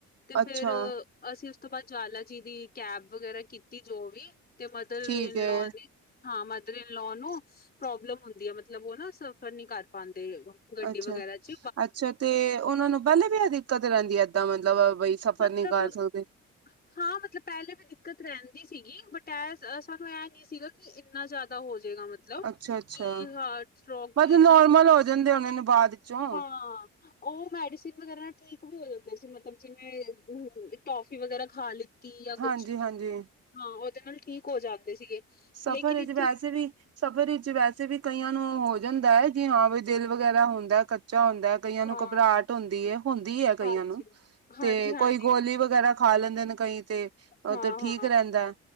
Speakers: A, on the left; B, on the right.
A: ਤੇ
B: ਅੱਛਾ
A: ਫੇਰ ਅਸੀਂ ਉਹ ਤੋਂ ਬਾਅਦ ਜਵਾਲਾ ਜੀ ਦੀ, ਕੈਬ ਵਗੈਰਾ ਕੀਤੀ ਜੋ ਵੀ। ਤੇ ਮਦਰ
B: ਠੀਕ
A: ਇਨ
B: ਹੈ
A: ਲੋਅ ਨੇ ਹਾਂ, ਮਦਰ ਇਨ ਲੋਅ ਨੂੰ ਪ੍ਰੌਬਲਮ ਹੁੰਦੀ ਆ। ਮਤਲਬ ਉਹ ਨਾ ਸਫ਼ਰ ਨੀਂ ਕਰ ਪਾਂਦੇ। ਉ ਗੱਡੀ
B: ਅੱਛਾ
A: ਵਗੈਰਾ 'ਚ।
B: ਅੱਛਾ ਤੇ ਉਹਨਾਂ ਨੂੰ ਪਹਿਲੇ ਵੀ ਐਹ ਦਿੱਕਤ ਰਹਿੰਦੀ ਐ। ਏਦਾਂ ਮਤਲਬ, ਬਈ ਸਫ਼ਰ
A: ਮਤਲਬ
B: ਨ੍ਹੀਂ ਕਰ ਸਕਦੇ।
A: ਹਾਂ, ਮਤਲਬ ਪਹਿਲੇ ਵੀ ਦਿੱਕਤ ਰਹਿੰਦੀ ਸੀਗੀ। ਬਟ ਐਹ, ਸਾਨੂੰ ਐਹ ਨ੍ਹੀਂ ਸੀਗਾ ਕਿ ਇੰਨਾ ਜ਼ਿ ਦਾ ਹੋਜੇਗਾ ਮਤਲਬ,
B: ਅੱਛਾ ਅੱਛਾ
A: ਕਿ ਹਾਟ-ਸਟ੍ਰੋਕ
B: ਬਸ
A: ਨੂੰ ਇੱਕਦਮ
B: ਨੋਰਮਲ ਹੋ ਜਾਂਦੇ ਹੁਨੇ ਨੇ ਬਾਅਦ ਚੋਂ
A: ਹਾਂ। ਉਹ ਮੈਡੀਸਿਨ ਵਗੈਰਾ ਨਾ ਠੀਕ ਹੋ ਜਾਂਦੇ ਸੀ। ਮਤਲਬ ਜਿਵੇਂ, ਟੋਫੀ ਵਗੈਰਾ ਖਾਂਲੀ ਟੀ ਜਾਂ ਕੁਛ।
B: ਹਾਂਜੀ ਹਾਂਜੀ
A: ਹਾਂ, ਉਹਦੇ ਨਾਲ ਠੀਕ ਹੋ ਜਾਂਦੇ ਸੀਗੇ।
B: ਸਫ਼ਰ
A: ਲੇਕਿਨ
B: ਵਿੱਚ
A: ਇੱਥੇ
B: ਵੈਸੇ ਵੀ ਸਫ਼ਰ ਵਿੱਚ ਵੈਸੇ ਵੀ ਕਈਆਂ ਨੂੰ ਹੋ ਜਾਂਦਾ। ਜੀ ਹਾਂ ਵੀ ਦਿਲ ਵਗੈਰਾ ਹੁੰਦਾ ਕੱ ਚਾ ਹੁੰਦਾ। ਕਈਆਂ ਨੂੰ
A: ਹਾਂ
B: ਘਬਰਾਹਟ ਹੁੰਦੀ ਏ। ਹੁੰਦੀ ਏ ਕਈਆਂ
A: ਹਾਂਜੀ
B: ਨੂੰ
A: ਹਾਂਜੀ
B: ਤੇ
A: ਹਾਂਜੀ
B: ਕੋਈ ਗੋਲੀ ਵਗੈਰਾ ਖਾ ਲੈਂਦੇ ਨੇ ਕਈ 'ਤੇ। ਉਹ
A: ਹਾਂ
B: ਤੇ ਠੀਕ
A: ਹਾਂ
B: ਰਹਿੰਦਾ